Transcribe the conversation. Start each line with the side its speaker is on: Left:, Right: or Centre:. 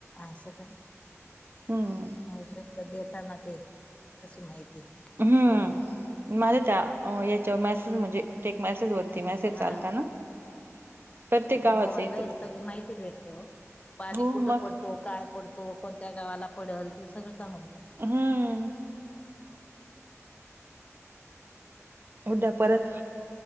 Left: आ स का?
Right: हम.
Left: पावसाचं देताना मग ते तसं माहिती आहे.
Right: हम्म माझ्या त्या याच्यावर मॅसेज म्हणजे- टेक मेसेज वरती मेसेज
Left: हा
Right: चालता ना प्रत्येक
Left: आता
Right: गावाचं
Left: मोबाईलवर
Right: येतं ते
Left: सगळी माहिती भेटतय हो पाणी
Right: हो
Left: कुठं
Right: मग
Left: पडते तो काय पडतो कोणत्या गावाला पडल ते सगळं सांगून घ
Right: हम उद्या परत